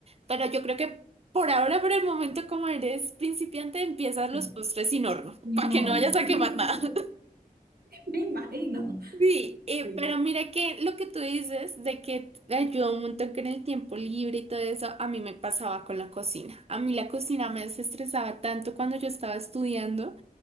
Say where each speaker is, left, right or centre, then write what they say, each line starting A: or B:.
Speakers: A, on the right; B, on the right.
A: Pero yo creo que por ahora, por el momento, como eres principiante, empiezas
B: del
A: los postres sin horno,
B: enorme.
A: <laughs> para que no vayas
B: <laughs>
A: a
B: sí.
A: quemar nada. <laughs>
B: Me imagino.
A: Sí, eh,
B: Sí.
A: pero mira que lo que tú dices de que te ayuda un montón con el tiempo libre y todo eso, a mí me pasaba con la cocina. A mí la cocina me desestresaba tanto cuando yo estaba estudiando.